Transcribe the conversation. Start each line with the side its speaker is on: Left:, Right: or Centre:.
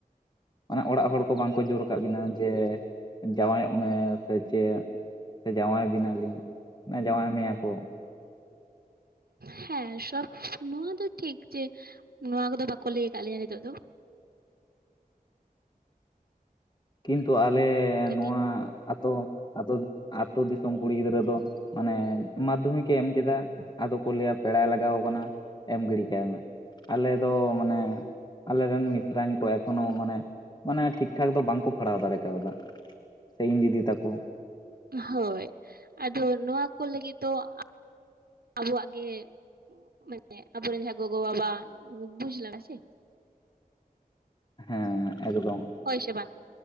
Left: ᱢᱟᱱᱮ ᱚᱲᱟᱜ ᱦᱚᱲ ᱠᱚ ᱵᱟᱝᱠᱚ ᱡᱳᱨ ᱟᱠᱟᱫ ᱵᱤᱱᱟ ᱡᱮ ᱡᱟᱶᱟᱭᱚᱜ ᱢᱮ ᱥᱮ ᱪᱮᱫ ᱥᱮ ᱡᱟᱶᱟᱭ ᱵᱮᱱᱟᱞᱤᱧ ᱢᱟᱱᱮ ᱡᱟᱶᱟᱭ ᱢᱮᱭᱟ ᱠᱚ
Right: ᱦᱮᱸ ᱥᱚᱵ ᱱᱚᱣᱟ ᱫᱚ ᱴᱷᱤᱠ ᱡᱮ ᱱᱚᱣᱟ ᱠᱚᱫᱚ ᱵᱟᱠᱚ ᱞᱟᱹᱭ ᱠᱟᱫ ᱞᱮᱭᱟ ᱱᱤᱛᱚᱜ ᱫᱚ
Left: ᱠᱤᱱᱛᱩ ᱟᱞᱮ
Right: ᱠᱟᱹᱴᱤᱡ
Left: ᱱᱚᱣᱟ ᱟᱛᱳ ᱟᱛᱳ ᱫᱤ ᱫᱤᱥᱚᱢ ᱠᱩᱲᱤ ᱜᱤᱫᱽᱨᱟᱹ ᱫᱚ ᱢᱟᱱᱮ ᱢᱟᱫᱽᱫᱷᱚᱢᱤᱠᱮ ᱮᱢ ᱠᱮᱫᱟ ᱟᱫᱚ ᱠᱚ ᱞᱟᱹᱭ ᱟ ᱯᱮᱲᱟᱭ ᱞᱟᱜᱟᱣ ᱠᱟᱱᱟ ᱮᱢ ᱜᱤᱲᱤ ᱠᱟᱭ ᱢᱮ ᱟᱞᱮ ᱫᱚ ᱢᱟᱱᱮ ᱟᱞᱮ ᱨᱮᱱ ᱢᱤᱥᱨᱟᱧ ᱠᱚ ᱮᱠᱷᱚᱱᱚ ᱢᱟᱱᱮ ᱢᱟᱱᱮ ᱴᱷᱤᱠ ᱴᱷᱟᱠ ᱫᱚ ᱵᱟᱝᱠᱚ ᱯᱟᱲᱦᱟᱣ ᱫᱟᱲᱮ ᱠᱟᱣᱫᱟ ᱥᱮ ᱤᱧ ᱫᱤᱫᱤ ᱛᱟᱠᱚ
Right: ᱦᱳᱭ ᱟᱫᱚ ᱱᱚᱣᱟ ᱠᱚ ᱞᱟᱹᱜᱤᱫ ᱫᱚ ᱟ ᱟᱵᱚᱣᱟᱜ ᱜᱮ ᱢᱟᱱᱮ ᱟᱵᱚᱨᱮᱱ ᱡᱟᱦᱟᱸ ᱜᱚᱜᱚ ᱵᱟᱵᱟ ᱵᱩᱡᱽ ᱞᱟᱜ ᱟ ᱥᱮ
Left: ᱦᱮᱸ ᱮᱠᱫᱚᱢ
Right: ᱦᱳᱭ ᱥᱮ ᱵᱟᱝ